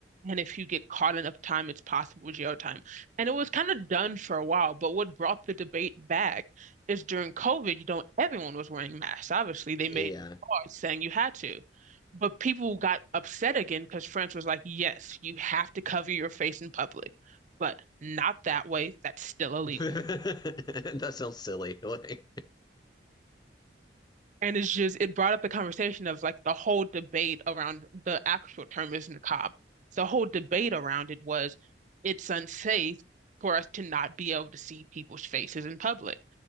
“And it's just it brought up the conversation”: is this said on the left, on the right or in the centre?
Right